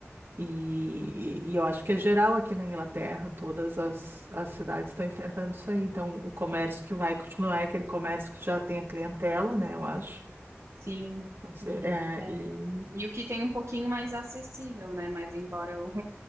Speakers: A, on the right; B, on the right.
A: E, e eu acho que é geral aqui na Inglaterra, todas as, as cidades estão enfrentando isso aí. Então, o comércio que vai continuar é aquele comércio que já tem a clientela, né? Eu acho.
B: sim.
A: Não sei,
B: E,
A: é,
B: é,
A: e...
B: e o que tem um pouquinho mais acessível, né? Mas embora eu